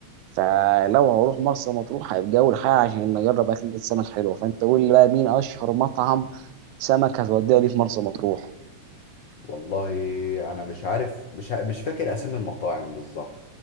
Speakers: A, on the right (about 85°); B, on the left (about 65°).
A: فلو هروح مرسى مطروح هيبقى اول حاجه عشان اجرب اكل السمك حلوه فانت قول لي بقى مين اشهر مطعم سمك هتوديها لي في مرسى مطروح
B: والله انا مش عارف مش ع- مش فاكر اسامي المطاعم بالظبط